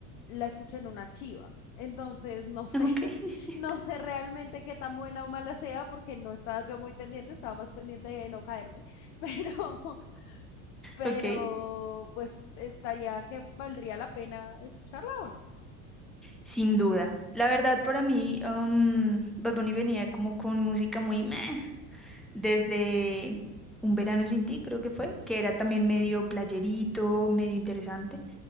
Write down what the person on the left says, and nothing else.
la escuché en una chiva. Entonces, no sé
no sé realmente qué tan buena o mala sea porque no estaba yo muy pendiente, estaba más pendiente de no caerme, <laughs> pero, pero
pues estaría que valdría la pena escucharla o no.